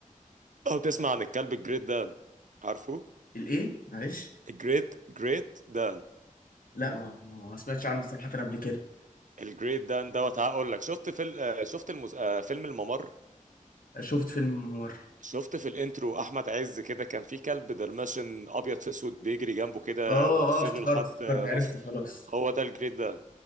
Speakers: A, on the right (about 65°); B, on the left (about 80°).
A: او تسمع عن الكلب الجريت دان عارفه
B: الايه معلش
A: الجريت جريت دان
B: لا ما ما ما سمعتش عنه صراحه قبل كده
A: الجريت دان دوت هقول لك شفت في ال- آه، شفت المس... آه، فيلم الممر
B: شفت فيلم ممر
A: شفت في الانترو احمد عز كده كان في كلب درماشن ابيض في اسود بيجري جنبه كده
B: اه
A: واصله
B: اه افتكرت
A: لحد
B: افتكرت
A: آه،
B: عرفت
A: نص
B: خلاص
A: هو ده الجريت دان